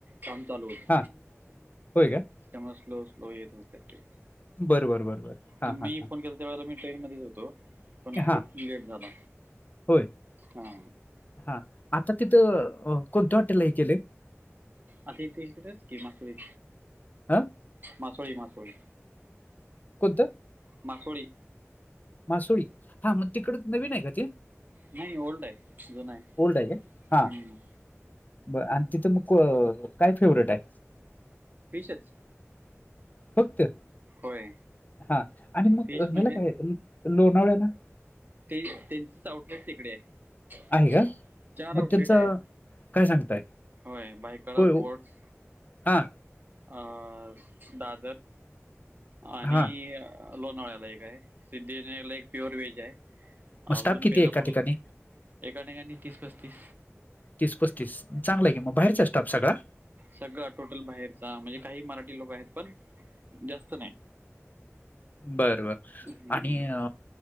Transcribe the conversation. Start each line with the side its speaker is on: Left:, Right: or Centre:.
Right: काम चालू होतं.
Left: हा होय का!
Right: त्यामुळे स्लो स्लो येत होते ते
Left: बरं बरं बरं बरं हा
Right: तुम्ही
Left: हा
Right: फोन केल. त्यावेळेला मी ट्रेन मध्ये होतो
Left: हा
Right: पण खूप
Left: हा
Right: लेट झाला
Left: होय
Right: हा.
Left: हा आता तिथं कोणत्या हॉटेल हे केलंय?
Right: आता इथं इकडं की मासुळी
Left: हा
Right: मासुळी मासुळी.
Left: कोत!
Right: मासुळी.
Left: मासुळी हा मग तिकड नवीन आहे का ते?
Right: नाही ओल्ड आहे जुन आहे
Left: ओल्ड का हा
Right: हम्म.
Left: ब आणि तिथं मग काय फेवरेट हाय?
Right: फिशच.
Left: फक्त
Right: होय
Left: हा आणि मग
Right: फिश म्हणजे
Left: ह्याला काय लोणावळ्या ला?
Right: ते त्यांचेच आउटलेट तिकडे आहे
Left: आहे का
Right: चार
Left: मग
Right: आउटलेट
Left: त्यांचं
Right: आहेत.
Left: काय सांगताय
Right: होय भायखळा
Left: होय
Right: पोर्टस.
Left: हा!
Right: अ दादर! आणि
Left: हा
Right: लोणाळ्याला एक हाय सिद्धीविनायकला एक प्युअर वेज हाय.
Left: मग स्टाफ
Right: अजून
Left: किती
Right: बेलापूरला
Left: आहे एका ठिकाणी
Right: एका ठिकाणी तीस पस्तीस.
Left: तीस पस्तीस चांगलं हाय की मग बाहेरचा हाय स्टाफ सगळा?
Right: सगळा टोटल बाहेरचा म्हणजे काही मराठी लोक आहेत पण जास्त नाही.
Left: बर बर
Right: हम्म.
Left: आणि अ.